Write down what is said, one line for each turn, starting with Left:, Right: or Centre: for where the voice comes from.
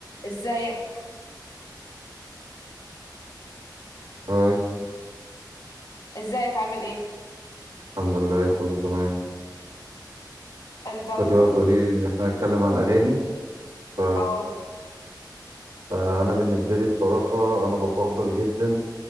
Left: ازيك
Right: هاي
Left: ازيك عامل ايه
Right: الحمد لله كله تمام
Left: انت المفروض
Right: كنت بقى بتقولي لي ان احنا نتكلم على الاغاني ف...
Left: اه
Right: فانا بالنسبه لي بصراحه انا بفضل جدا